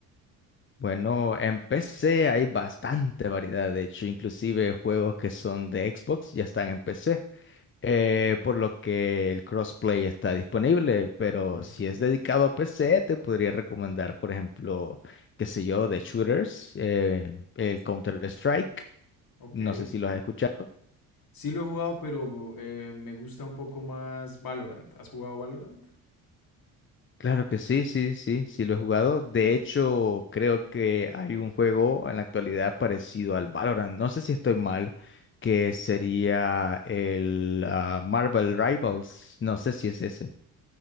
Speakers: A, on the left; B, on the left.
A: Bueno, en PC hay bastante variedad, de hecho, inclusive juegos que son de Xbox ya están en PC, eh, por lo que el crossplay está disponible, pero
B: Ujú.
A: si es dedicado a PC, te podría recomendar, por ejemplo, qué sé yo, de shooters, eh, el Counter-Strike.
B: Ok.
A: No sé si lo has escuchado.
B: Sí lo he jugado, pero eh, me gusta un poco más Valorant. ¿Has jugado Valorant?
A: Claro que sí, sí, sí, sí lo he jugado. De hecho, creo que hay un juego en la actualidad parecido al Valorant. No sé si estoy mal, que sería el ah, Marvel Rivals. No sé si es ese.